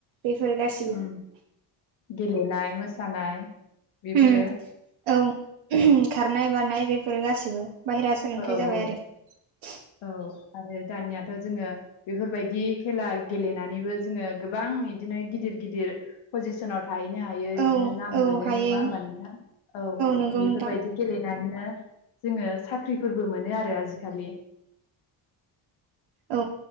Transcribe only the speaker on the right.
बेफोर गासि
उम औ
खारनाय बारनाय बेफोरो गासिबो। बाहेरा सोलोंथाइ
<inaudible>
औ
औ
हायो
नंगौ
नोंथां
औ